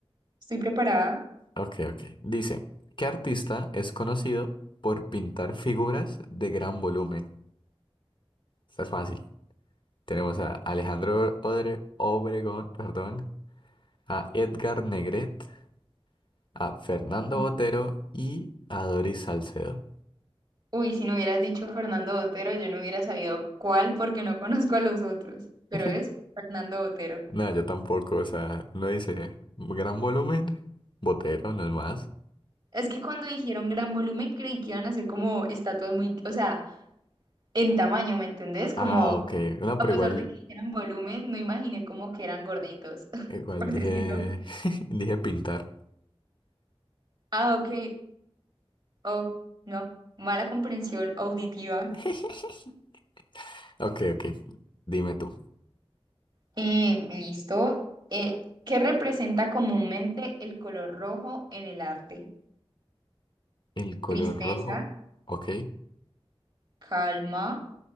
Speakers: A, on the right; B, on the left.
A: Estoy preparada.
B: Ok, ok. Dice, ¿qué artista es conocido por pintar figuras de gran volumen? Esta es fácil. Tenemos a Alejandro Odre- Obregón, perdón. a Edgar Negret, a Fernando
A: Ujú.
B: Botero y a Doris Salcedo.
A: Uy, si no hubieras dicho Fernando Botero, yo no hubiera sabido cuál porque no conozco a los otros, pero
B: <laughs>
A: es Fernando Botero.
B: No, yo tampoco, o sea, no dice gran volumen, Botero, no es más.
A: Es que cuando dijeron gran volumen creí que iban a ser como estatuas muy, o sea, en tamaño, ¿me entendés? Como,
B: Ah, ok, no,
A: a
B: pero
A: pesar
B: igual,
A: de que dijeron volumen, no imaginé como que eran gorditos, <laughs>
B: igual
A: por
B: dije,
A: decirlo.
B: <laughs> dije pintar.
A: Ah, ok. Oh, no. Mala comprensión auditiva.
B: <laughs> Ok, ok, dime tú.
A: Eh, listo. Eh, ¿qué representa comúnmente el color rojo en el arte?
B: El color
A: Tristeza,
B: rojo, ok,
A: calma,